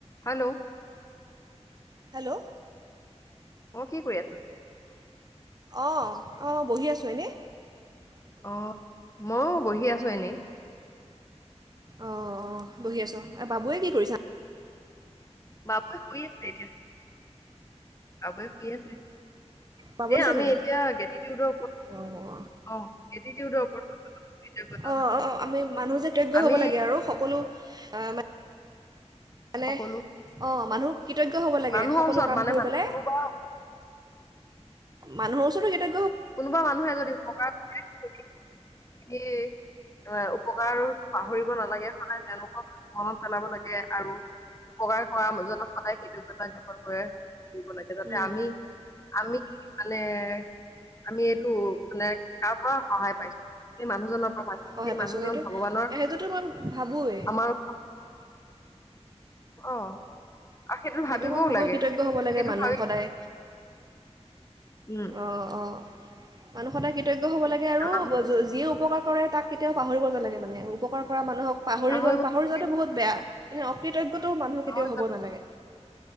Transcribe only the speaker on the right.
hello
অ অ বহি আছোঁ এনে
অঁ অঁ বহি আছ এই বাবুৱে কি কৰিছা?
বাবু
গৈছে
নেকি
অঁ অঁ
অঁ অঁ অঁ, আমি মানুহ যে কৃতজ্ঞ
হ'ব লাগে আৰু সকলো আহ, মানে,
অ' মানুহ কৃতজ্ঞ হ'ব লাগে,
সকলো
কাম
কৰি
পেলাই
মানুহৰ ওচৰতো তেতিয়া
উম,
সহায়
পাইছোঁ
সেইটো
সেইটোতো মই ভাবোঁৱেই
সেইটো
মই ভাবোঁ,
কৃতজ্ঞ হ'ব লাগে
মানুহ
সদায়।
অ'! অ'! মানুহ সদাই কৃতজ্ঞ। হ'ব লাগে, আৰু
যিয়ে উপকাৰ কৰে তাক কেতিয়াও পাহৰিব নালাগে মানে, উপকাৰ কৰা মানুহক পাহৰি
গ'ল,
পাহৰি যোৱাটো বহুত বেয়া। মানে অকৃতজ্ঞতও মানুহ কেতিয়াও
হ'ব
নালাগে।